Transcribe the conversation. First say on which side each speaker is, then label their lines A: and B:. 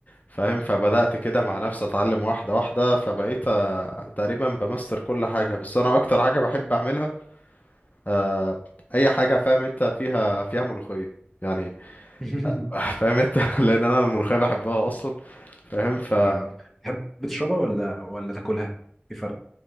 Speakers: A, on the left (about 40°); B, in the centre.
A: فاهم فبدات كده مع نفسي اتعلم واحده واحده فبقيت آه، تقريبا بمستر كل حاجه بس انا اكتر حاجه بحب اعملها آه، اي حاجه فاهم انت فيها فيها ملوخيه يعني
B: <laughs>
A: <laughs> فاهم انت <laughs> لان انا الملوخيه بحبها اصلا فاهم ف
B: آه. تحب تشربها ولا ولا تاكلها في فرق